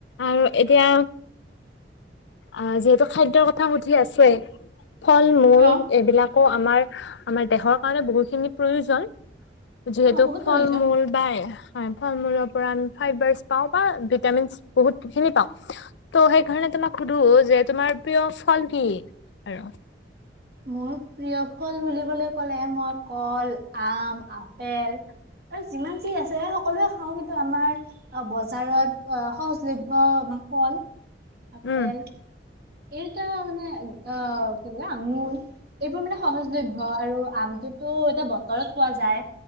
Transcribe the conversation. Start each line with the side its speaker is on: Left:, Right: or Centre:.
Left: আৰু এতিয়া অঁ যিহেতু খাদ্যৰ কথা সুধি আছে ফল মূল
Right: অ
Left: এইবিলাক আকৌ আমাৰ আমাৰ দেহৰ কাৰণে বহুখিনি প্ৰয়োজন যিহেতু
Right: অ বহুত
Left: ফল
Right: প্ৰয়োজন।
Left: মূল পায় হয় ফল মূলৰ পৰা আমি ফবাৰ পাওঁ বা ভিটামিন বহুতখিনি পাও ত সেইকাৰণে তোমাক সুধো যে তোমাৰ প্ৰিয় ফল কি আৰু
Right: মোৰ প্ৰিয় ফল বুলিবলৈ ক'লে মই কল আম আপেল আৰু যিমান যি আছে সকলোৱে খাওঁ কিন্তু আমাৰ বজাৰত সহজলভ্যতাৰ কল আপেল
Left: উম
Right: এই এয়া মানে অঁ আঙুৰ এইবোৰ মানে সহজলভ্য আৰু আমটোতো এতিয়া বতৰত পোৱা যায়